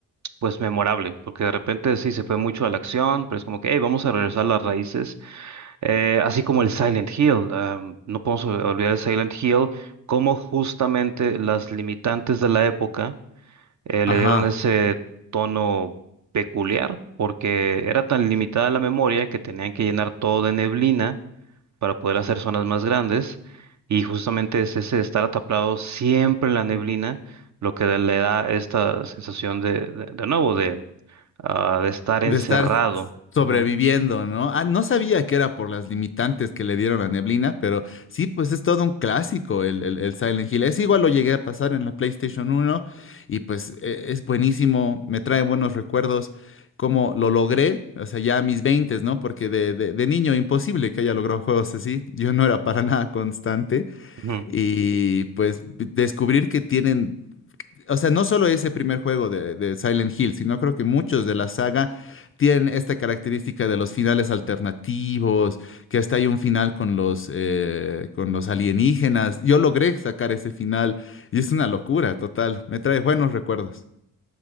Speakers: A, on the right; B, on the left.
A: pues memorable, porque de repente sí se fue mucho a la acción, pero es como que, hey, vamos a regresar a las raíces, Eh, así como el Silent Hill, em, no podemos ol- olvidar el Silent Hill, cómo justamente las limitantes de la época eh,
B: Ajá.
A: le dieron ese tono peculiar, porque era tan limitada la memoria que tenían que llenar todo de neblina para poder hacer zonas más grandes, y justamente es ese estar ataplado siempre en la neblina. lo que le da esta sensación de, de de nuevo, ah, de estar
B: de
A: encerrado.
B: estar sobreviviendo,
A: Ajá.
B: ¿no? Ah, no sabía que era por las limitantes que le dieron a Neblina, pero sí, pues es todo un clásico el, el, el Silent Hill. Es igual lo llegué a pasar en la PlayStation uno y pues e- es buenísimo, me trae buenos recuerdos, cómo lo logré, o sea, ya a mis 20, ¿no? Porque de, de, de niño imposible que haya logrado juegos así, yo no era para nada constante
A: Ujú.
B: y pues descubrir que tienen... O sea, no solo ese primer juego de, de Silent Hill, sino creo que muchos de la saga tienen esta característica de los finales alternativos, que hasta hay un final con los, eh, con los alienígenas. Yo logré sacar ese final y es una locura total. Me trae buenos recuerdos.